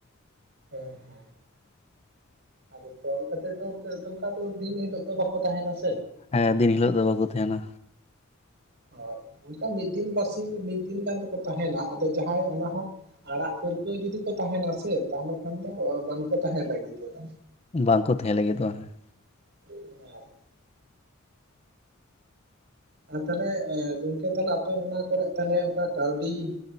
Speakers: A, on the right (about 55°); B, on the left (about 30°).
A: ᱦᱮᱸ ᱦᱮᱸ ᱟᱫᱚ ᱛᱚᱞ ᱠᱟᱛᱮᱜ ᱫᱚ ᱚᱝᱠᱟ ᱫᱚ ᱫᱤᱱ ᱦᱤᱞᱳᱜ ᱫᱚ ᱵᱟᱠᱚ ᱛᱟᱦᱮᱱᱟ ᱥᱮ?
B: ᱦᱮᱸ ᱫᱤᱱ ᱦᱤᱞᱳᱜ ᱫᱚ ᱵᱟᱠᱚ ᱛᱟᱦᱮᱱᱟ᱾
A: ᱦᱳᱭ ᱚᱱᱠᱟ ᱢᱤᱫ ᱫᱤᱱ ᱵᱟᱨᱥᱤ ᱢᱤᱫ ᱫᱤᱱ ᱜᱟᱱ ᱫᱚᱠᱚ ᱛᱟᱦᱮᱱᱟ ᱟᱫᱚ ᱡᱟᱦᱟᱸᱭ ᱚᱱᱟ ᱦᱚᱸ ᱟᱲᱟᱜ ᱯᱟᱹᱨᱠᱟᱹᱣ ᱡᱩᱫᱤ ᱠᱚ ᱛᱟᱦᱮᱱᱟᱥ ᱛᱟᱦᱚᱞᱮ ᱠᱷᱟᱱ ᱫᱚ ᱵᱟᱝᱠᱚ ᱛᱟᱦᱮᱸᱱ ᱞᱟᱹᱜᱤᱫᱚᱜᱼᱟ᱾
B: ᱵᱟᱝᱠᱚ ᱛᱟᱦᱮᱸ ᱞᱟᱹᱜᱤᱫᱚᱜᱼᱟ ᱦᱮᱸ᱾
A: <unintelligible> ᱟᱨ ᱛᱟᱦᱚᱞᱮ ᱮᱸ ᱜᱚᱝᱠᱮ ᱛᱟᱦᱞᱮ ᱟᱯᱮ ᱚᱱᱟ ᱠᱚᱨᱮ ᱛᱟᱦᱚᱞᱮ ᱚᱱᱠᱟ ᱠᱟᱹᱣᱰᱤ ᱮᱸ